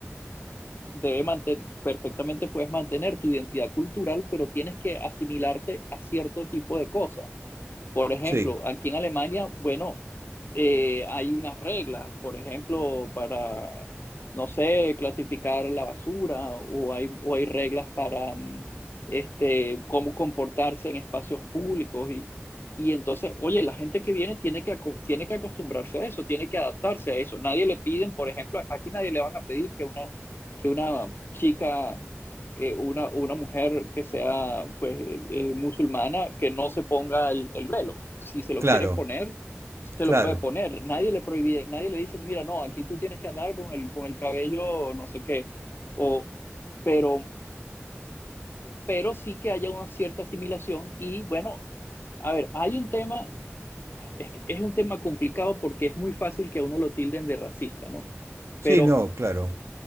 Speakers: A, on the left (about 50°); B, on the right (about 65°).
A: debe mantener, perfectamente puedes mantener tu identidad cultural, pero tienes que asimilarte a cierto tipo de cosas. Por ejemplo,
B: Sí,
A: aquí en Alemania, bueno, eh, hay unas reglas, por ejemplo, para, no sé, clasificar la basura o hay, o hay reglas para mm, este, cómo comportarse en espacios públicos y, y entonces, oye, la gente que viene tiene que, aco- tiene que acostumbrarse a eso, tiene que adaptarse a eso. Nadie le piden, por ejemplo, aquí nadie le van a pedir que una, que una chica eh, una, una mujer que sea pues, eh, musulmana que no se ponga el, el velo. Si se lo
B: claro,
A: quiere poner, se
B: claro.
A: lo puede poner. Nadie le prohíbe, nadie le dice, mira, no, aquí tú tienes que andar con el, con el cabello, no sé qué. O, pero, pero sí que haya una cierta asimilación. Y bueno, a ver, hay un tema, es, es un tema complicado porque es muy fácil que a uno lo tilden de racista, ¿no?
B: Sí,
A: Pero
B: no, claro.